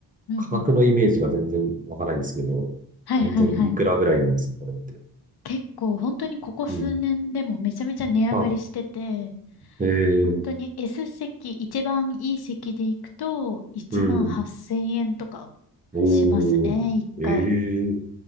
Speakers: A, on the left; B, on the right.
A: うんうん。
B: 価格のイメージが全然わからないんですけど、
A: はいはいはい。
B: だいたいいくらぐらいなんですか、これって。
A: 結構本当にここ数年でもめちゃめちゃ値上がりしてて、
B: うん。はい。へえ。
A: 本当に S 席、一番いい席で行くと1万8000円とか
B: うん。おー。
A: しますね、一回。
B: ええ。